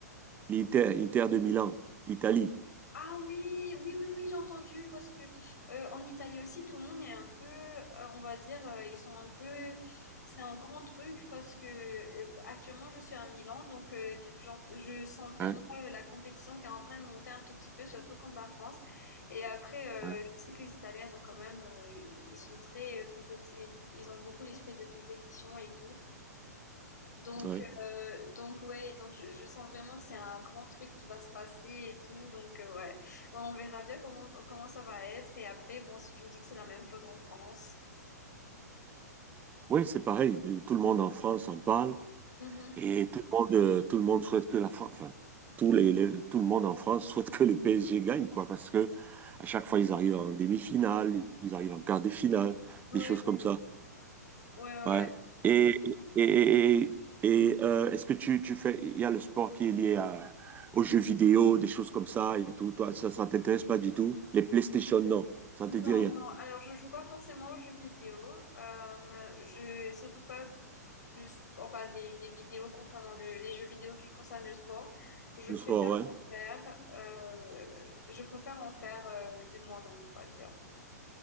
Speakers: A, on the right (about 20°); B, on the left (about 85°).
A: L'Inter, Inter de Milan, Italie.
B: Ah oui, oui, oui, oui, j'ai entendu parce que euh, en Italie aussi, tout le monde est un peu, euh, on va dire, euh, ils sont un peu, c'est un grand truc parce que euh, actuellement je suis à Milan, donc euh, j'en- je sens vraiment
A: Hein,
B: euh, la compétition qui est en train de monter un tout petit peu, surtout contre la France. Et après, euh,
A: hein,
B: je sais que les Italiens ils ont quand même, euh, ils ils sont très euh, compéti- ils ont beaucoup l'esprit de compétition et tout. Donc,
A: ouais.
B: euh, donc ouais, donc je, je sens vraiment que c'est un grand truc qui va se passer et tout. Donc, euh, ouais. Ouais, on verra bien comment, comment ça va être. Et après, bon, si tu me dis que c'est la même chose en France.
A: Oui, c'est pareil. Tout le monde en France en parle
B: Mhm.
A: et tout le monde, euh, tout le monde souhaite que la France, enfin, tous les, les- tout le monde en France souhaite que le PSG gagne, quoi, parce que à chaque fois, ils arrivent en demi-finale, ils arrivent en quart de finale,
B: Ouais,
A: des choses comme ça.
B: ouais, ouais.
A: Ouais.
B: ouais.
A: Et, et, et, et, et, euh, est-ce que tu, tu fais, il y a le sport qui est lié à, aux jeux vidéo, des choses comme ça et tout. Toi, ça, ça t'intéresse pas du tout? Les PlayStation, non. Ça
B: Non,
A: te dit rien.
B: non. Alors, je joue pas forcément aux jeux vidéo. Euh, je, surtout pas le, sp- enfin, des, des vidéos concernant le, les jeux vidéo qui concernent le sport. Je
A: Le
B: préfère
A: sport, ouais.
B: en faire, euh, je préfère en faire euh, de moi-même, on va dire.